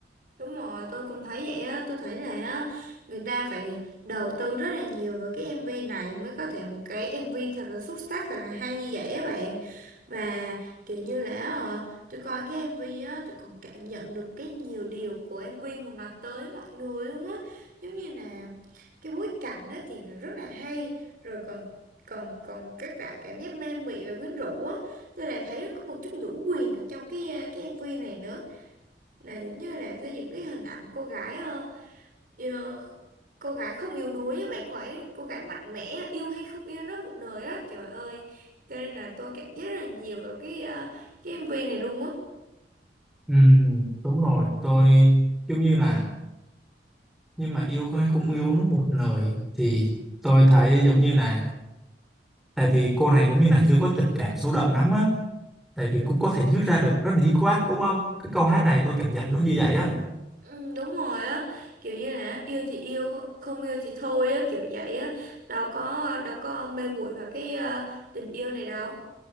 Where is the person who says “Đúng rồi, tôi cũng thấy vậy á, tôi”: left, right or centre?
Right